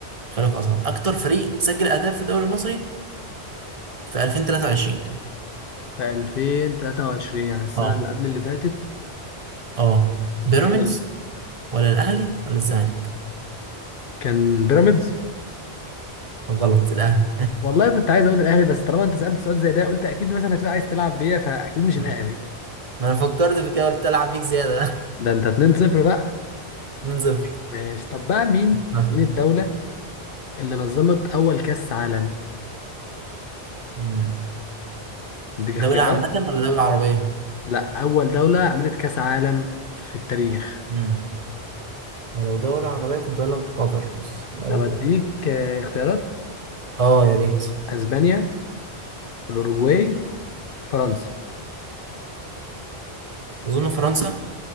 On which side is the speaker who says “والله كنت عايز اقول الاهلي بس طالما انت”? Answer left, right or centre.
Left